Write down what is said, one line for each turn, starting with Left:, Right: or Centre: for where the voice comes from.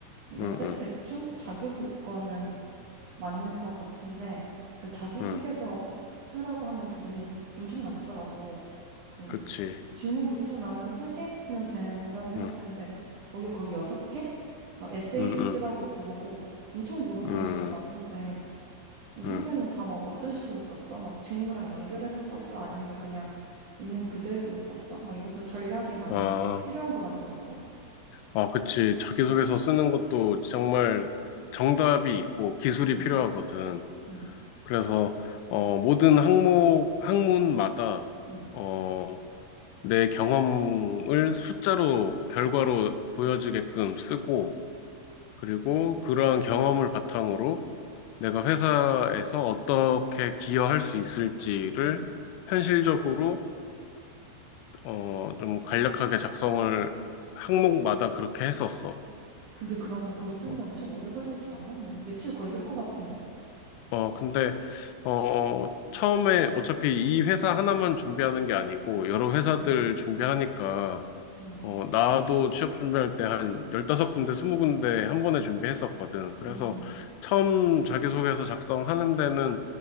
Right: 그러니까
Left: 응,
Right: 대,
Left: 응,
Right: 대충 자격 요건은 맞는 것 같은데 그 자기소개서
Left: 응,
Right: 쓰라고 하는 부분이 엄청 많더라고. 그
Left: 그치.
Right: 질문 보통 나는 한 세개면 된다고 생각했는데
Left: 응,
Right: 거기 거의 여섯 개막 에세이도
Left: 응,
Right: 쓰라고
Left: 응,
Right: 그러고 엄청 물어보는
Left: 응,
Right: 게 많던데 그럼 선배는
Left: 응.
Right: 다 막 어떤 식으로 썼어? 막 직무랑 연결해서 썼어? 아니면 그냥 있는 그대로 썼어? 막 이것도 전략이 많이
Left: 아,
Right: 필요한 것 같더라고.
Left: 아, 그치. 자기소개서 쓰는 것도 정말 정답이 있고 기술이
Right: 응,
Left: 필요하거든.
Right: 응,
Left: 그래서, 어, 모든 항목, 학문마다
Right: 응,
Left: 어, 내 경험을 숫자로, 결과로 보여주게끔 쓰고, 그리고 그러한 경험을 바탕으로 내가 회사에서 어떻게 기여할 수 있을지를
Right: 응.
Left: 현실적으로, 어, 좀 간략하게 작성을 항목마다 그렇게 했었어.
Right: 근데 그러면 그거 쓰는데
Left: 어,
Right: 엄청 오래 걸리지 않아? 뭐 며칠 걸릴 것 같은데?
Left: 어, 근데, 어, 처음에 어차피 이 회사 하나만 준비하는 게 아니고, 여러 회사들
Right: 응,
Left: 준비하니까,
Right: 응,
Left: 어, 나도 취업 준비할 때 한 15군데, 20군데 한 번에 준비했었거든. 그래서
Right: 응, 응,
Left: 처음 자기소개서 작성하는 데는